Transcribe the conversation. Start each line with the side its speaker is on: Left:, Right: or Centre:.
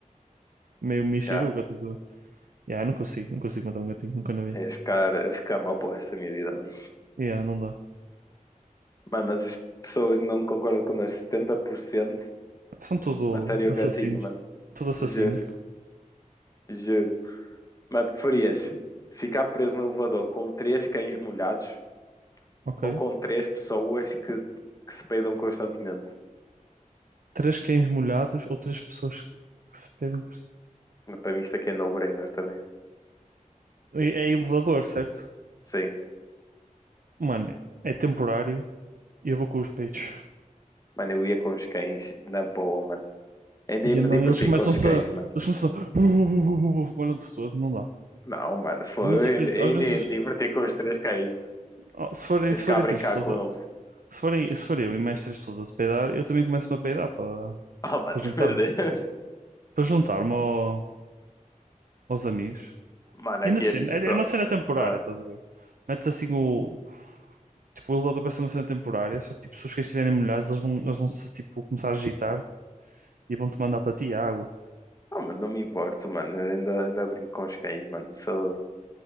Right: meio mexeruca,
Left: Já,
Right: estás a ver? Yeah, eu não consigo, não consigo matar um gatinho, nunca na vi.
Left: é ficar, é ficar mal para o resto da minha vida, mano.
Right: Yeah, não dá.
Left: Mano, mas as pessoas não concordam connosco. setenta por cento
Right: São tudo
Left: mataria o
Right: assassinos.
Left: gatinho, mano.
Right: Tudo assassinos,
Left: Juro,
Right: pá.
Left: juro. Mas preferias ficar preso num elevador com três cães molhados
Right: Ok.
Left: ou com três pessoas que, que se peidam constantemente?
Right: Três cães molhados ou três pessoas que se pedem por... si.
Left: Mas Para mim isto aqui é no-brainer também.
Right: É é elevador, certo?
Left: Sim,
Right: Mano, é temporário e eu vou com os peitos.
Left: mano, eu ia com os cães na boa, mano. Ainda
Right: E
Left: ia me
Right: não,
Left: divertir
Right: eles começam-se
Left: com os cães,
Right: a...
Left: mano.
Right: Eles começam a... Molham-te todo, não dá.
Left: Não, mano, foi,
Right: Ao menos os peitos...
Left: ainda, ainda
Right: Ao menos
Left: ia
Right: os-
Left: me divertir com os três cães, mano.
Right: oh, se forem,
Left: Ia
Right: se
Left: ficar
Right: forem
Left: a brincar
Right: três pessoas...
Left: com
Right: a-
Left: eles.
Right: Se forem, se for eu e mais três pessoas a se peidar, eu também começo-me a peidar, pá.
Left: Oh, mano,
Right: Para juntar-me.
Left: <laughs> meu Deus.
Right: Para juntar-me ao- aos amigos.
Left: Mano,
Right: E
Left: aqui
Right: ainda por
Left: as
Right: cima,
Left: pessoas...
Right: é, é uma cena temporária,
Left: Ah,
Right: estás a ver? Metes assim o. Tipo, o elevador vai ser uma cena temporária, só que tipo, se os cães estiverem molhados, eles vão, eles vão se tipo, começar a agitar e vão-te mandar para ti água.
Left: Ah, mano, não me importo, mano. Eu ainda, ainda brinco com os cães, mano. Sou...